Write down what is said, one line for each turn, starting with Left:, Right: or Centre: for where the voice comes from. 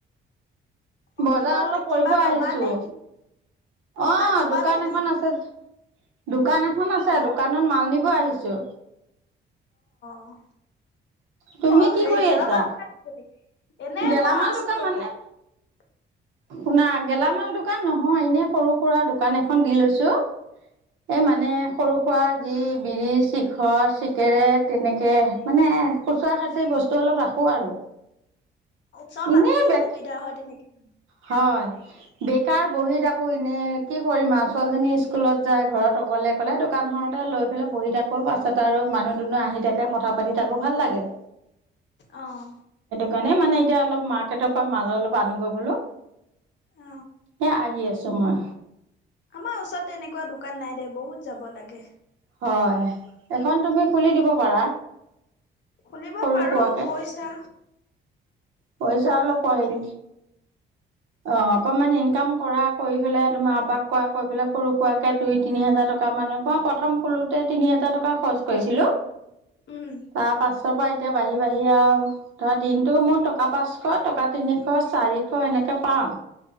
Left: অ
Right: বজাৰ
Left: কিবা
Right: অলপ
Left: কিবা
Right: পৰিব আহিছো,
Left: ল'বা নে কি কিবা
Right: অঁ
Left: ল'বা
Right: দোকান
Left: নে কি
Right: এখন আছে দোকান এখন আছে,
Left: অ
Right: দোকানত মাল নিব আহিছো।
Left: অঁ
Right: তুমি
Left: হ
Right: কি
Left: হেৰি
Right: কৰি
Left: গেলামাত
Right: আছা?
Left: নেকি? এনেই
Right: গেলামাল
Left: মই আছো
Right: দোকান
Left: ৰ
Right: মানে
Left: <inaudible>
Right: শুনা গেলামাল দোকান নহয়, এনেই সৰু সুৰা দোকান এখন দি লৈছো। এই মানে সৰু সোৱা যি
Left: উম
Right: বিৰি চি ধৰ চিগেৰেট, এনেকে মানে খুচুৰা খাঁচৰি বস্তু অলপ ৰাখোঁ আৰু।
Left: ওচৰ মানুহখিনিও
Right: এনেই বেক
Left: সুবিধা হয় তেনেকে।
Right: হয়। বেকাৰ বহি থাকো এনেই কি কৰিম আও ছোৱালীজনী স্কুলত যায়, ঘৰত অকলে অকলে দো দোকান খনতে লৈ পেলাই বহি থাকো, পাছত আৰু মানুহ-দুনুহ আহি থাকে, কথা পাতি থাকো, ভাল লাগে।
Left: অঁহ
Right: কাণে মানে এতিয়া অলপ মাৰ্কেটৰ পৰা মাল অলপ আনোগৈ বোলো।
Left: অ
Right: এ, আহি আছোঁ মই।
Left: আমাৰ ওচৰত তেনেকুৱা দোকান নাই দে, বহুত যাব লাগে।
Right: হয়, এখন তুমি খুলি দিব পাৰা।
Left: খুলিব
Right: সৰু
Left: পাৰোঁ,
Right: সুৰাকে
Left: পইচা
Right: পইচা অলপ পোহেন অ', অকণমান ইনকাম কৰা, কৰি পেলাই তোমাৰ আবাক কোৱা, কৈ পেলাই সৰু-সুৰাকে দুই তিনি হাজাৰ টকা মানত মই প্ৰথম খোঁলোতে তিনি হাজাৰ টকা খৰচ কৰিছিলোঁ।
Left: উম।
Right: তাৰ পাছ পা এতিয়া বাঢ়ি বাঢ়ি আও ধৰা, দিনটো মোৰ টকা পাঁচশ, টকা তিনিশ, চাৰিশ এনেক কে পাওঁ।